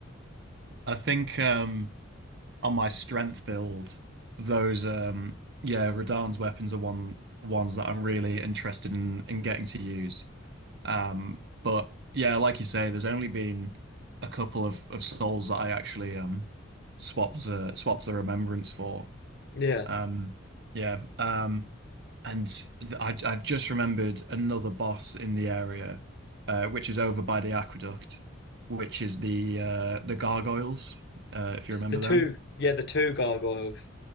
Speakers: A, on the right; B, on the left.
A: I think um on my strength build those um yeah Radahn's weapons are one ones that I'm really interested in in getting to use. Um, but yeah, like you say, there's only been a couple of, of souls that I actually um swapped the swapped the remembrance for.
B: Yeah,
A: Um, yeah. Um, and th I I've just remembered another boss in the area, uh, which is over by the aqueduct, which is the uh the gargoyles, uh, if you remember
B: the two,
A: them.
B: yeah, the two gargoyles.